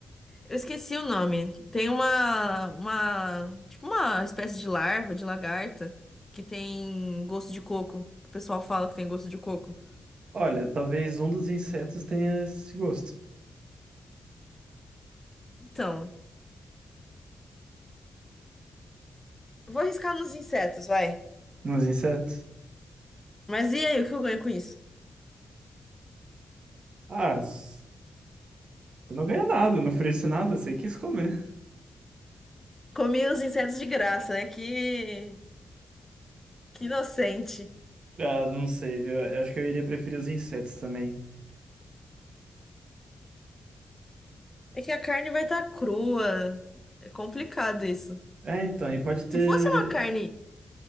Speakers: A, on the left (about 15°); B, on the right (about 55°).
A: Eu esqueci o nome. Tem uma, uma, tipo uma espécie de larva, de lagarta, que tem gosto de coco. O pessoal fala que tem gosto de coco.
B: Olha, talvez um dos insetos tenha esse gosto.
A: Então, vou arriscar nos insetos, vai.
B: Nos insetos?
A: Mas e aí, o que eu ganho com isso?
B: Ah, s- eu não ganhei nada, eu não ofereci nada, você quis comer.
A: Comi os insetos de graça, né? Que, que inocente.
B: Ah, não sei, viu? Eu acho que eu iria preferir os insetos também.
A: É que a carne vai estar crua. É complicado isso.
B: É, então, e pode ter,
A: Se fosse uma carne,